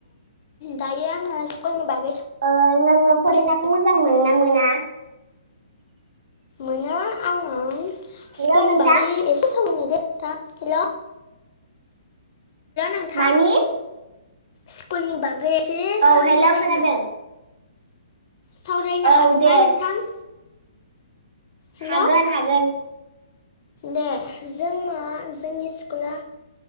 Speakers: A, on the left; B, on the right.
A: दायोआं स्कूलनि बागै
B: ओ नोङो
A: सावरायनो
B: फरिखाखौ मोजां मोनो ना मोना?
A: मोनो आङो
B: हेलौ
A: स्कुलनि
B: नोंथां
A: बागै एसे हेल' हेल' नोंथां।
B: मानि
A: स्कुलनि बागै एसे
B: औ
A: सावरायनो
B: हेल' खोनादों।
A: सावरायनो
B: औ
A: हागोन
B: दे
A: ना नोंथां? हेल'
B: हागोन हागोन।
A: दे जोङो जोंनि स्कुला